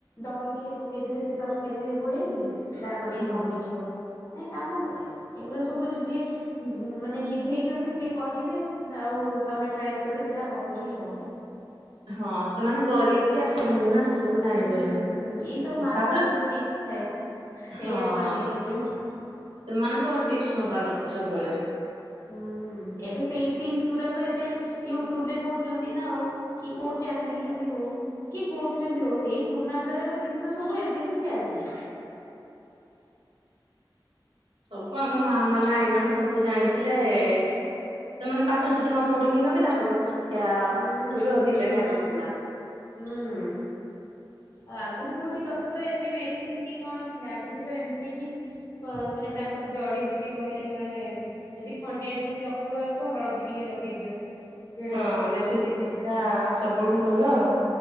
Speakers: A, on the left (about 40°); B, on the right (about 85°).
A: ଦହି ଟିକେ ପକେଇଦେବେ ସେ ତରକାରୀରେ ଗୋଳେଇକି ରାଗ ଟିକେ
B: ହଁ।
A: କମିଯିବ। ନାଇଁ କାମ କରେ ଏଇଗୁଡ଼ା ସବୁ ଜି ଯିଏ ମାନେ ନିଭେଇଛନ୍ତି ସିଏ କହିବେ ଆଉ ତମେ ଟ୍ରାଏ କରିବ ସେଇଟା ହବ ହିଁ ହବ।
B: ହଁ ସେମାନେ କରିକି ଆସିଛନ୍ତି ନା ସେ ସବୁ ଜାଣିଛନ୍ତି।
A: ହୁଁ ହୁଁ ଏଇସବୁ ମା
B: ତାପରେ
A: ମାନଙ୍କର ଟିପସ। ଥାଏ
B: ହଁ
A: ଏଇଆ କରିଦେ ହେଇଯିବ।
B: ସେମାନଙ୍କ ଟିପ୍ସ ନବା କଥା ସବୁବେଳେ।
A: ହୁଁ ଏବେ ସେଇ ଟିପସ ଗୁଡାକ ଏବେ ୟୁଟ୍ୟୁବରେ କହୁଛନ୍ତି ନା ଆଉ। କି କୋଉ ଚ୍ୟାନଲରେ ବି ହଉ। କି କୋଉଥିରେ ବି ହଉ ସେଇ ପୁରୁଣା କାଳିଆର ଜିନିଷ ସବୁ ଏବେ ହିଁ ଚାଲିଛି।
B: ସବୁ ଆମ ମା ମାନ ଆଈ ମାନ ସବୁ ଜାଣିଥିଲେ।
A: ହୁଁ
B: ସେମାନେ ପାଠ ଶାଠ ନ ପଢିକି ନେବେ ତାଙ୍କ ପାଖେ ଶି ଶିକ୍ଷା
A: ହୁଁ
B: ଠୁ ବି ଅଧିକା
A: ହୁଁ
B: ଜ୍ଞାନ ଥିଲା।
A: ହୁଁ ଆଉ ଆଗରୁ କୋଉଠି ଡକ୍ଟର ଏତେ ମେଡିସିନ କି କଣ ଥିଲା ଆଗରୁ ତ ଏମିତି ହିଁ ଙ୍କ ମାନେ ତାଙ୍କର ଜଡ଼ିବୁଟି କହିଲେ ଚଳେ। ଯଦି ଖଣ୍ଡିଆ ବେଶୀ ରକ୍ତ ବାହାରୁଥିବ ହଳଦୀ ଟିକେ ଲଗେଇ ଦିଅ। ସେ
B: ହଁ
A: ରକ୍ତ ବନ୍ଦ
B: ଦେଶୀ
A: ହେଇଯିବ।
B: ଚିକିତ୍ସା ସବୁଠୁ ଭଲ।